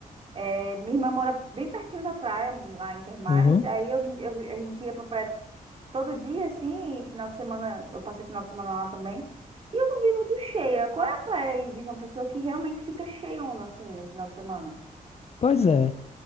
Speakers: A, on the right; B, on the left.
A: É, Minha irmã mora bem pertinho da praia, lá em Termares.
B: Uhum.
A: Aí eu, eu- a gente ia pra praia todo dia, assim, e final de semana, eu passei final de semana lá também. E eu não vi muito cheia. Qual é a praia aí de João Pessoa que realmente fica cheiona, assim, no final de semana?
B: Pois é,